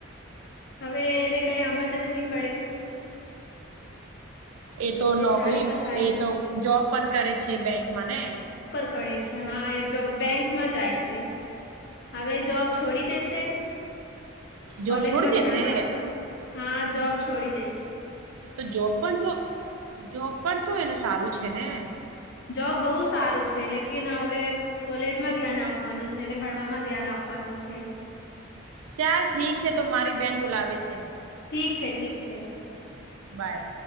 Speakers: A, on the left; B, on the right.
A: હવે એને કાંઈ હમજ જ ની પડે.
B: એ તો
A: બેચારી
B: નોકરી,
A: ફસાઈ
B: ઈતો જોબ પણ કરે છે બેંકમાં ને?
A: કરે છે, હાં એ જોબ, બેંક માં જાય છે. હવે જોબ છોડી દેશે.
B: જોબ
A: કોલેજમાં
B: છોડી દેશે
A: ધ્યાન આપશે. હા જોબ છોડી દેશ.
B: તો જોબ પણ તો, જોબ પણ તો એને સારું છે ને?
A: જોબ બહું સારું છે. લેકિન હવે કોલેજ માં ધ્યાન આપવાનું છે, ને ભણવામાં ધ્યાન આપવાનું છે.
B: ચાલ ઠીક છે તો મારી બેન બોલાવે છે.
A: ઠીક છે ઠીક છે.
B: બાય.